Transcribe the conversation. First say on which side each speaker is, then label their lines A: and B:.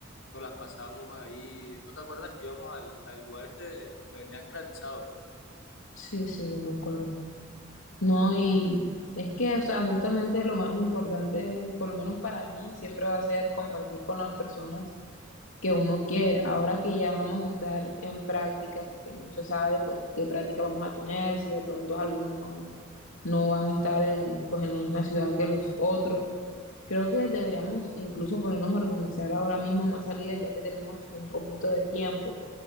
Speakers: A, on the left; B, on the left.
A: nos las pasábamos ahí. ¿Tú te acuerdas que íbamos al, al lugar este donde vendían granizados?
B: Sí, sí, yo me acuerdo. No, y es que, o sea, justamente lo más importante, por lo menos para mí, siempre va a ser compartir con las personas que uno quiere. Ahora que ya vamos a entrar en prácticas que no se sabe, pues, qué práctica vamos a tener, si de pronto algunos no, no van a estar en, pues, en la misma ciudad que los otros. Creo que deberíamos incluso ponernos a organizar ahora mismo más salidas, ya que tenemos un poquito de tiempo.